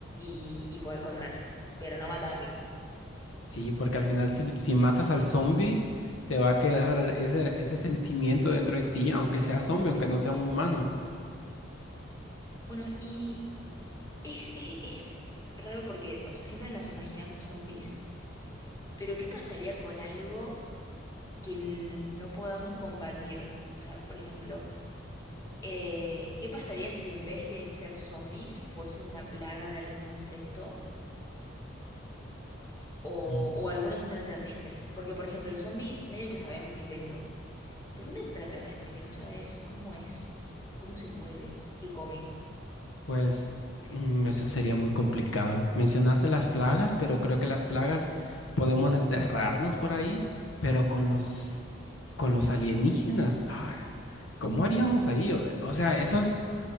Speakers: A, on the left (about 15°); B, on the left (about 80°).
A: y, y poder correr, pero no matarlo.
B: Sí, porque al final si, si matas al zombie, te va a quedar ese, ese sentimiento dentro de ti, aunque sea zombie, aunque no sea un humano.
A: Bueno, y es, es, es raro porque, o sea, siempre nos imaginamos zombies, pero ¿qué pasaría con algo que n- no podamos combatir? O sea, por ejemplo, eh, ¿qué pasaría si en vez de ser zombies fuese una plaga de algún insecto o,
B: Mm.
A: o algún extraterrestre? Porque, por ejemplo, el zombie medio que sabemos que es lento Pero un extraterrestre que no sabes cómo es, cómo se mueve, qué come,
B: Pues mm, eso sería muy complicado. Mencionaste las plagas, pero creo que las plagas podemos encerrarnos por ahí, pero con los con los alienígenas, ay, ¿cómo haríamos ahí? O, o sea, esos...